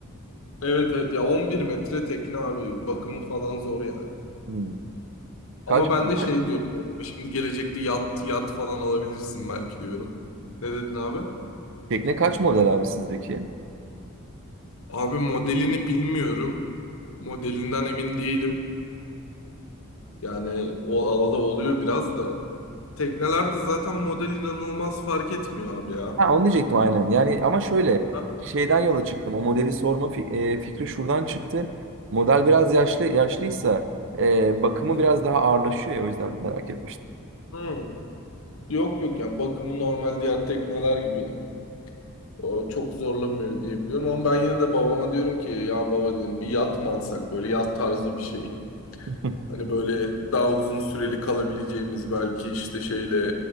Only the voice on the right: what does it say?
Hmm. Kaç
model?
Tekne kaç model abi sizdeki?
Ha, onu diyecektim aynen. Yani ama şöyle
şeyden yola çıktım. O modeli sorma fi- e, fikri şuradan çıktı. Model biraz yaşlı yaşlıysa e, bakımı
biraz daha ağırlaşıyor ya o yüzden merak etmiştim.
<laughs>